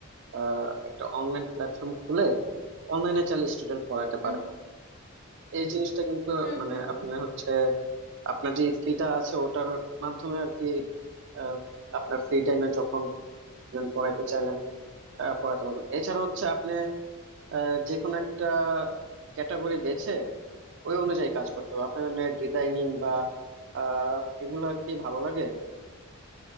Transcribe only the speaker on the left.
হুম
হুম
হুম